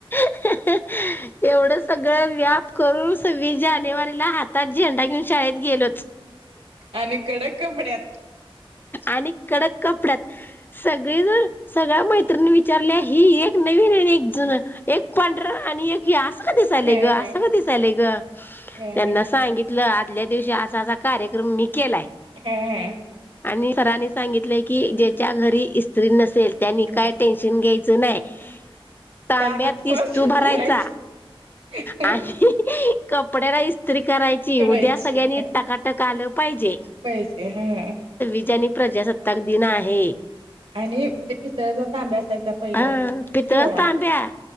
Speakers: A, on the left (about 20°); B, on the right (about 75°).
A: ह एवढं सगळं व्याप करून सव्वीस जानेवारीला हातात झेंडा घेऊन शाळेत गेलोच
B: आणि कडक कपड्यात.
A: आणि कडक कपड्यात सगळे जर सगळ्या माैती. विचारल्या ही एक नवीन एक ज एक पांढरा आणि एक. हे असं कधी
B: हा
A: लेय ग
B: हा
A: असं कधी लेय ग
B: हा
A: त्यांना सांगितलं. आदल्या दिवशी असा असा कार्यक्रम मी केलाय.
B: हा ह.
A: आणि सरांनी सांगितलं की ज्याच्या घरी स्त्री नसेल त्यांनी काय
B: हा
A: टेन्शन घ्यायच. नाही तांब्यात
B: तानात
A: तिस्तू
B: कोळसा
A: भरायचा.
B: भरायची <unintelligible>
A: आणि कपड्याला इस्त्री करायची
B: करायची
A: उद्या सगळ्यांनी
B: ह
A: टकाटक आलं पाहिजे.
B: पाहिजे हा.
A: वैज प्रजासत्ताक दिन आहे.
B: आणि ते पितळ्याचा तांब्या असायचा पहिलं
A: हा पितळ
B: पिवळा.
A: तांब्या